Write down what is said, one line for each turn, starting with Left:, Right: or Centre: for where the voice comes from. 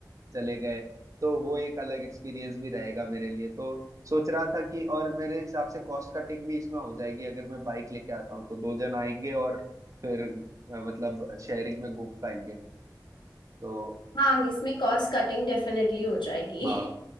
Right: चले गए तो वो एक अलग एक्सपीरियंस भी रहेगा मेरे लिए तो सोच रहा था कि और मेरे हिसाब से कॉस्ट कटिंग भी इसमें हो जाएगी अगर मैं बाइक लेके आता हूँ तो दो जन आएंगे और फिर अ, मतलब शेयरिंग में घूम पाएंगे तो
Left: हो। हाँ इसमें कॉस्ट कटिंग डेफिनेटली हो जाएगी
Right: हाँ